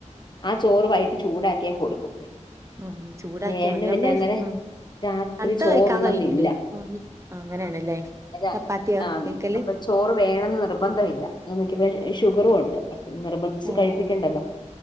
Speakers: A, on the left; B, on the right.
A: ആഹ് ചോറ് വൈിട്ട് ചൂടാക്കി ഞാൻ കൊടുക്കും
B: ആഹ് ചൂടാക്കിയാൽ
A: പിന്നെ ഏട്ടന്
B: മതി
A: പിന്നെ അങ്ങനെ
B: നമ്മ
A: രാത്രി
B: തണുത്ത
A: ചോറുണ്ണുന്നില്ല
B: കഴിക്കാൻ കഴിയൂല്ലേ അങ്ങനെയാണല്ലേ
A: അതാ
B: ചപ്പാത്തിയോ
A: ആഹ്
B: കൈക്കല്
A: അപ്പൊ ചോറ് വേണന്ന് നിർബന്ധ യില്ല നമുക്കിപ്പ ഷുഗറും ഉണ്ട് പിന്നെ നിർബന്ധിച്ച്
B: ഓഹ്
A: കഴിപ്പിക്കണ്ടല്ലോ